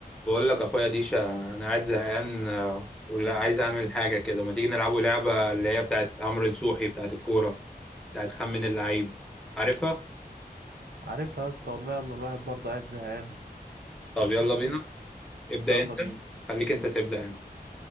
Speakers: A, in the centre; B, on the right (about 80°).
A: بقول لك اخويا ديشا انا قاعد زهقان آه، ولا عايز اعمل حاجه كده ما تيجي نلعبوا لعبه اللي هي بتاعت عمرو نصوحي بتاعت الكوره بتاعت خمن اللعيب عارفها
B: عارفها يا اسطى والله يلا الواحد برضه قاعد زهقان
A: طب يلا
B: و-
A: بينا ابدا
B: يلا
A: انت
B: بينا
A: خليك انت تبدا يعني